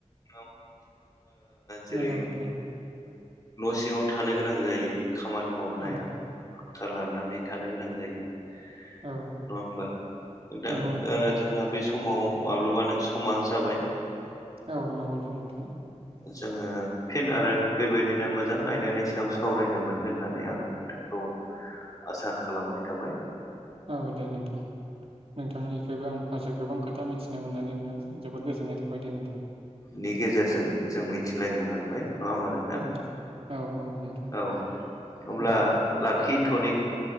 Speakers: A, on the left (about 30°); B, on the right (about 50°).
A: ओ जेरै
B: नंगौ नोंथां
A: न' सिङाव थानो गोनां जायो खामानि मावनो
B: औ
A: हाया। लानानै थानो गोनां जायो नङा
B: औ
A: होमबा नोंथां।
B: नंगौ नोंथां
A: ओ जोंहा बे समाव माब्लाबानो समा जाबाय।
B: औ नंगौथ' नोंथां
A: जोंङो फिन आरो बेबायदिनो मोजां आयदानि सायाव सावरायनो मोनगोन होननानै आं नोंथां
B: <inaudible>
A: आसा खालामनाय थाबाय।
B: औ दे नोंथां नोंथांनिफ्रायबो आं माखासे गोबां खोथा मिथिनो मोननानै नोंथां जोबोद गोजोननाय थाबाय दे नोंथां।
A: नि गेजेरजों जों मिथिलायनो मोनबाय। नङा होमबा नोंथां
B: औ औ औ
A: औ होमब्ला
B: दे
A: लाखिथ'नि